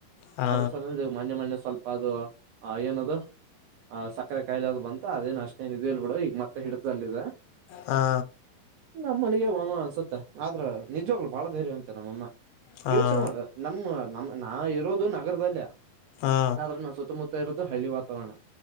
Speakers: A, on the left (about 80°); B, on the right (about 75°).
A: ಹಾ
B: ಅದ್ರ ಸಲಂದ ಮೊನ್ನೆ ಮೊನ್ನೆ ಸ್ವಲ್ಪ ಅದು. ಹಾ ಏನದು. ಆ ಸಕ್ಕರೆ ಕಾಯಿಲಾದ್ ಬಂತ ಅದೇನ್ ಅಷ್ಟೇಏನ್ ಇದೇಳ್ ಬಿಡು ಈ ಮತ್ತೆ ಹಿಡ್ದಲ್ಲ ಇದೆ
A: ಹಾ
B: ನಮ್ಮನಗೆ ಅನ್ಸುತ್ತ ಆದ್ರ ನಿಜ್ವಾಗ್ಲು ಬಾಳ ಧೈರ್ಯ ಅಂತ ನಮ್ಮಮ್ಮ
A: ಹಾ
B: ಯೋಚನೆ ಮಾಡು. ನಮ್ಮ ನಮ್ಮ್ ನಾ ಇರೋದು ನಗರದಲ್ಲೇ
A: ಹಾ
B: ಆದ್ರೆ ನಾ ಸುತ್ತಮುತ್ತ. ಇರೋದು ಹಳ್ಳಿ ವಾತಾವರಣ